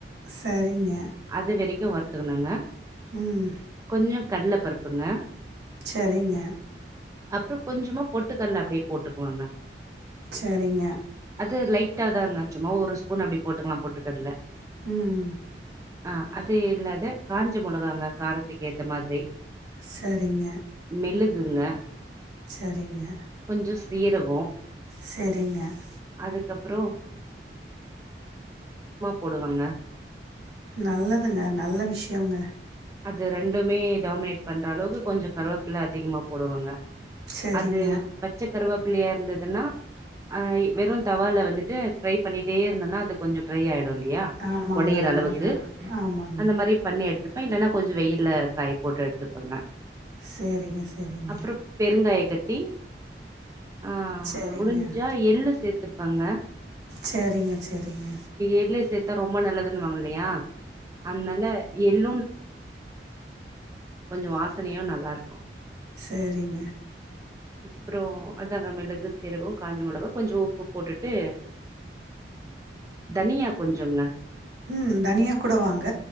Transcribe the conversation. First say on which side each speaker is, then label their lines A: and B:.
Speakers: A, on the right (about 75°); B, on the right (about 20°).
A: சரிங்க
B: அது வெரைக்கு வறுத்துக்கனுங்க
A: ம்
B: கொஞ்ச கடலப்பருப்புங்க
A: சரிங்க.
B: அப்புற கொஞ்சமா பொட்டுக்கடல அப்டியே போட்டுக்கலாங்க
A: சரிங்க
B: அது லைட்டா தாங் சும்மா ஒரு ஸ்பூன் அப்டி போட்டுக்கலா பொட்டுக்கடல
A: ம்
B: ஆஹ் அது இல்லாத காஞ்ச மொளகாங்க காரத்துக்கு ஏத்த மாதிரி
A: சரிங்க.
B: மெளகுங்க
A: சரிங்க.
B: கொஞ்ச சீரக
A: சரிங்க.
B: அதுக்கப்புற போடுவாங்க
A: நல்லதுங்க நல்ல விஷ்யுங்க
B: அது ரெண்டுமே டாமினேட் பண்ற அளவுக்கு கொஞ்ச கருவப்பில்ல அதிகமாக போடுவாங்க
A: சரிங்க
B: அது பச்ச கருவப்பில்லையா இருந்ததுன்னா ஹ வெறு தவால வந்துட்டு ஃப்ரை பண்ணிட்டே இருந்தோனா அது கொஞ்ச ட்ரை ஆயிடு இல்லையா
A: ஆமாங்க
B: ஒடையிற
A: ஆமாங்க
B: அளவுக்கு
A: வடியிற ஆமாங்க
B: அந்த மாரி பண்ணி எடுத்து இல்லன்னா கொஞ்ச வெய்யில்ல காய போட்டு எடுத்துப்பங்க
A: சரிங்க சரிங்க
B: அப்புற பெருங்காய கட்டி ஆஹ்
A: சரிங்க
B: முடிஞ்சா எள்ளு சேர்த்துப்பங்க
A: சரிங்க சரிங்க
B: எள்ளு சேத்தா ரொம்ப நல்லதுன்னுவாங்க இல்லயா அதனால எள்ள கொஞ்சோ வாசனையு நல்லா இருக்கு
A: சேரிங்க
B: அப்புறோ அதாங்க மிளகு சீரகோ காஞ்ச மொளகா கொஞ்சோ உப்பு போட்டுட்டு தனியா கொஞ்சோங்க
A: உம் தனியா கூட வாங்க